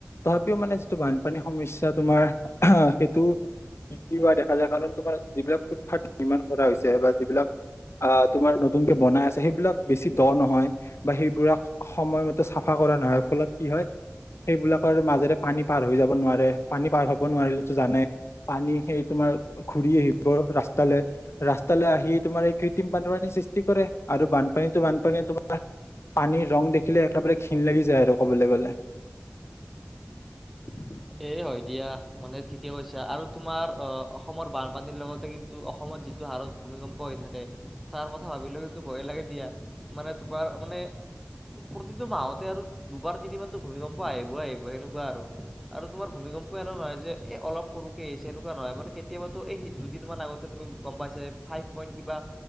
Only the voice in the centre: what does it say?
এ হয় দিয়া, মানে ঠিকে কৈছা আৰু তোমাৰ, অ, অসমৰ বানপানীৰ লগতে কিন্তু অসমৰ যিটো হাৰত ভূমিকম্প হৈ থাকে, তাৰ কথা ভাবিলেও কিন্তু ভয় লাগে দিয়া, মানে তোমাৰ মানে
প্ৰতিটো মাহতে আৰু দুবাৰ তিনিবাৰতো ভূমিকম্প আহিবই আহিব সেনেকুৱা আৰু। আৰু তোমাৰ ভূমিকম্প এনে নহয় যে এই অলপ সৰুকে আহিছে সেনেকুৱা নহয় মানে কেতিয়াবাতো এই দুদিন মান আগতে গম পাইছাই ফাইভ পইণ্ট কিবা